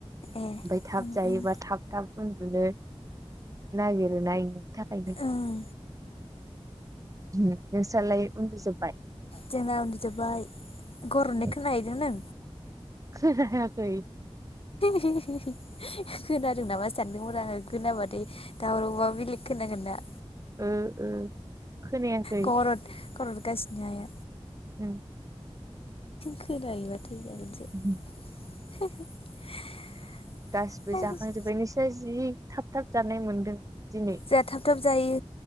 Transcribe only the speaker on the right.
ओमफ्राय थाब
जायोबा
थाब थाब उन्दुनो नागिरो नायनो थाखायनो
नोंस्रालाय उन्दुजोबबाय।
ए
<inaudible>
ओ ओ खोनायाखै।
उम।
<inaudible>
गासिबो
जाखांजोब्बाय नोंसिना जि थाब थाब जानाय मोनदों। दिनै